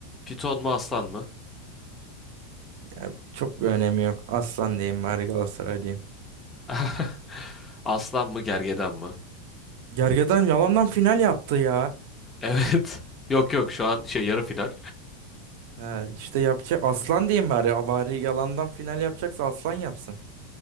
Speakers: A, on the left (about 20°); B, on the right (about 65°).
A: Piton mu aslan mı?
B: Ya çok bir önemi yok. Aslan diyeyim bari Galatasaray diyeyim.
A: <laughs> Aslan mı gergedan mı?
B: Gergedan yalandan final yaptı ya.
A: Evet. <laughs> Yok yok şu an şey yarı final.
B: Ha, işte yapacak aslan diyeyim bari. Bari yalandan final yapacaksa aslan yapsın.